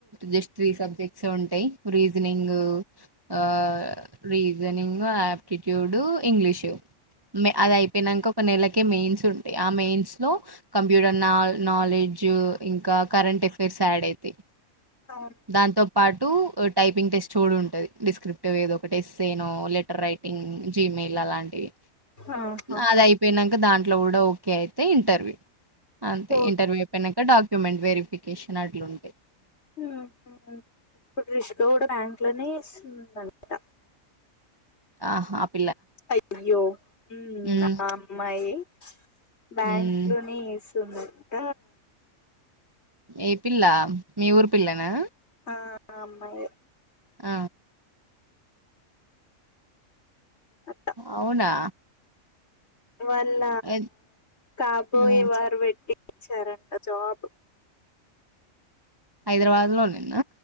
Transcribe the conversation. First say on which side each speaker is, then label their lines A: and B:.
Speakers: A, on the right (about 25°); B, on the left (about 55°).
A: జస్ట్ త్రీ సబ్జెక్ట్స్ ఏ ఉంటాయి రీజనింగ్ ఆ రీజనింగ్ ఆ టిట్యూడ్ ఇంగ్లీషు అది అయిపోయినంక ఒక నెలకే మెయిన్స్ ఆ మెయిన్స్ లో కంప్యూటర్ నా నాలెడ్జ్ ఇంకా కరెంట్ ఎఫైర్స్ ఉంటాయి. ఆడ్ అయితే
B: అవును.
A: దాంతో పాటు టైపింగ్ టెస్ట్ చ ఉంటది డిస్క్రిప్ట్ ఏదో ఒక టెస్ట్ ఏనో లెటర్ రైటింగ్ జిమ్ అలాంటివి
B: ఆహా
A: అది అయిపోయినాక దాంట్లో కూడా ఓకే అయితే ఇంటర్వ్యూ అంతే
B: ఓ
A: ఇంటర్వ్యూ అయిపోయినాక డాక్యుమెంట్ వెరిఫికేషన్ అట్లుండీ
B: ఉమ్, ఇప్పుడు రిష్గా కూడా బ్యాంకులోనే ఇస్తునట
A: ఆహా అప్
B: అయ్యో ఉమ్మ్
A: ఉమ్
B: ఆ అమ్మాయి బ్యాంక్
A: ఉమ్
B: లోనే చేస్తుందంట
A: ఏ పిల్లా మీ ఊరు పిల్లనా
B: ఆహ్ ఆ అమ్మాయి
A: ఆ
B: అట్ట
A: అవునా
B: వాళ్ళ
A: ఎ-
B: కాబోయే
A: ఆ
B: వారు పెట్టి ఇచ్చారంట జాబ్
A: హైదరాబాద్ లోనే